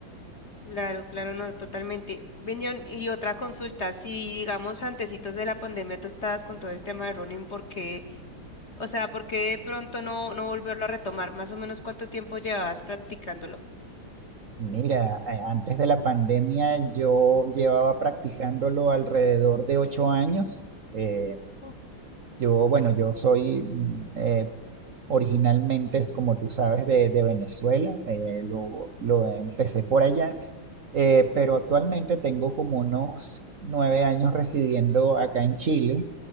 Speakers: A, on the left; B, on the right.
A: Claro, claro, no, totalmente. Ven, John, y otra consulta, si digamos antecitos de la pandemia tú estabas con todo el tema de running, ¿por qué? O sea, ¿por qué de pronto no, no volverlo a retomar? ¿Más o menos cuánto tiempo llevabas practicándolo?
B: Mira, eh, antes de la pandemia yo llevaba practicándolo alrededor de ocho años. Eh,
A: Uf,
B: yo, bueno, yo soy mm, eh, Originalmente es como tú sabes de, de Venezuela, eh, lo, lo empecé por allá, eh, pero actualmente tengo como unos nueve años residiendo acá en Chile.